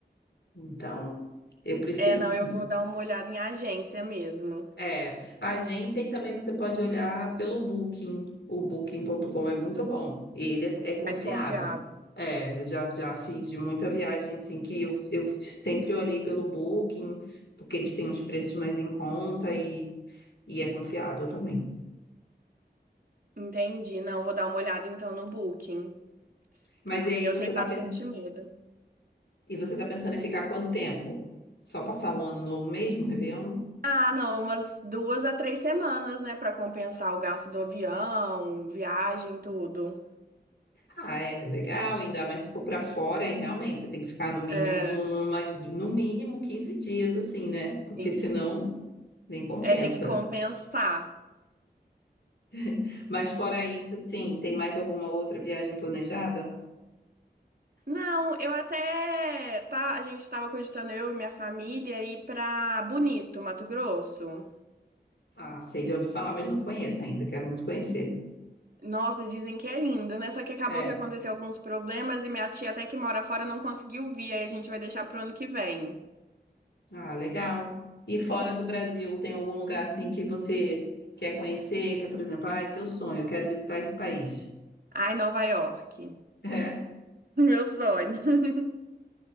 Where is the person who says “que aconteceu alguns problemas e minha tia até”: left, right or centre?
Right